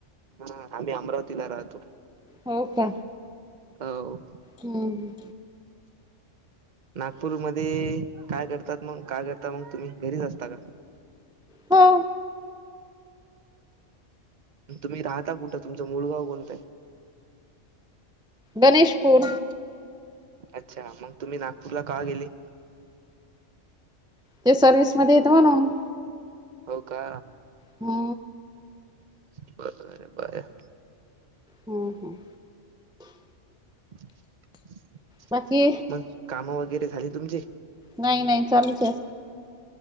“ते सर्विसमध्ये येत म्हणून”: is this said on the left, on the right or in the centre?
Centre